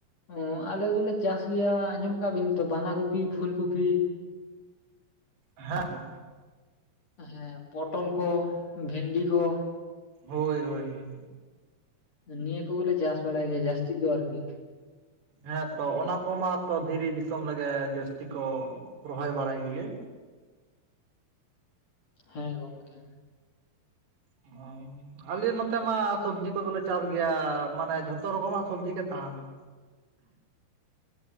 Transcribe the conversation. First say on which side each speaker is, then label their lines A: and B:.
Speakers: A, on the left; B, on the right.
A: ᱚ ᱟᱞᱮ ᱫᱚᱞᱮ ᱪᱟᱥ ᱜᱮᱭᱟ ᱟᱸᱡᱚᱢ ᱠᱟᱜᱼᱟ ᱵᱤᱱ ᱛᱚ ᱵᱟᱸᱫᱷᱟ ᱠᱚᱯᱤ ᱯᱷᱩᱞ ᱠᱚᱯᱤ
B: ᱦᱮᱸ
A: ᱦᱮᱸ ᱯᱚᱴᱚᱞ ᱠᱚ ᱵᱷᱮᱱᱰᱤ ᱠᱚ।
B: ᱦᱳᱭ ᱦᱳᱭ ᱦᱳᱭ
A: ᱱᱤᱣᱟ. ᱠᱚ ᱜᱮᱞᱮ ᱪᱟᱥ ᱵᱟᱲᱟᱭ ᱜᱮᱭᱟ ᱡᱟᱹᱥᱛᱤ ᱫᱚ ᱟᱨᱠᱤ।
B: ᱦᱮᱸᱛᱚ ᱚᱱᱟ ᱠᱚᱢᱟᱛᱚ ᱫᱷᱤᱨᱤ ᱫᱤᱥᱟᱹᱢ ᱨᱮᱜᱮ ᱡᱟᱹᱥᱛᱤ ᱠᱚ ᱨᱚᱦᱚᱭ ᱵᱟᱲᱟᱭ ᱜᱤᱭᱟᱹᱧ।
A: ᱦᱮᱸ ᱜᱚᱝᱠᱮ ᱦᱮᱸ।
B: <unintelligible> ᱟᱞᱮ ᱱᱚᱛᱮ ᱢᱟ ᱥᱚᱵᱽᱡᱤ ᱠᱚᱫᱚᱞᱮ ᱪᱟᱥ ᱜᱮᱭᱟ ᱢᱟᱱᱮ ᱡᱷᱚᱛᱚ ᱨᱚᱠᱚᱢᱟᱜ ᱥᱚᱵᱡᱤ ᱜᱮ ᱛᱟᱦᱮᱱᱟ।
A: <inaudible>